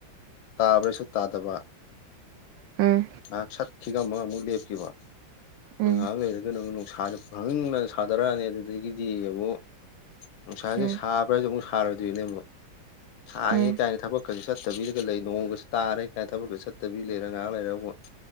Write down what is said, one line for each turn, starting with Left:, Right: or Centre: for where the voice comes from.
Left: ꯇꯥꯕ꯭ꯔꯁꯨ ꯇꯥꯗꯕ
Right: ꯎꯝ
Left: ꯑ ꯆꯠꯈꯤꯒ ꯑꯃ ꯑꯃꯨꯛ ꯂꯦꯞꯈꯤꯕ
Right: ꯎꯝ
Left: ꯉꯥꯏꯍꯥꯛ ꯂꯩꯔꯒ ꯅꯪ ꯅꯨꯡꯁꯥꯖ ꯈꯪꯍꯅ ꯁꯥꯗꯔꯛꯑꯅꯤ ꯑꯗꯨꯗꯒꯤꯗꯤ ꯑꯃꯨꯛ ꯅꯨꯡꯁꯥꯁꯦ
Right: ꯎꯝ
Left: ꯁꯥꯕ ꯐꯖꯣꯡ ꯁꯥꯗꯦꯅꯕꯣ ꯁꯥꯡꯉꯦ
Right: ꯎꯝ
Left: ꯀꯥꯏꯅ ꯊꯕꯛꯀꯁꯨ ꯆꯠꯇꯕꯤꯔꯒ ꯂꯩ ꯅꯣꯡꯃꯒꯁꯨ ꯇꯥꯔꯦ ꯀꯥꯏꯅ ꯊꯕꯛꯀꯔ ꯆꯠꯇꯕꯤ ꯂꯩꯔ ꯉꯥꯏꯍꯥꯛ ꯂꯩꯔꯕꯨ